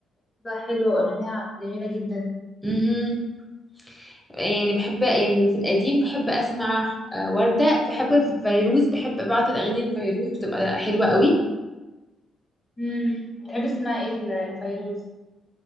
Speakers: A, on the left; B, in the centre.
A: صوتها حلو واغانيها جميله جدا
B: مهم. يعني بحب يعني في القديم بحب أسمع آه، وردة بحب فيروز بحب بعض الأغاني الفيروز بتبقى حلوة قوي
A: امم تحب تسمع ايه ال- الفيروز